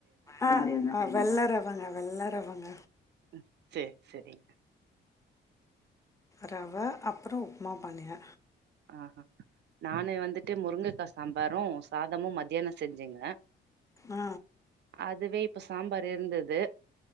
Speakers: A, on the left; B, on the right.
A: ஆ ஆ வெள்ள ரவங்க வெள்ள ரவங்க
B: ம் சேர் சேரிங்க
A: ரவ அப்றோ உப்மா பண்ணேங்க
B: ஆஹா நானு வந்துட்டு முருங்கக்கா சாம்பாரு சாதமு மத்யான செஞ்சேங்க
A: ஆ
B: அதுவே இப்ப சாம்பார் இருந்தது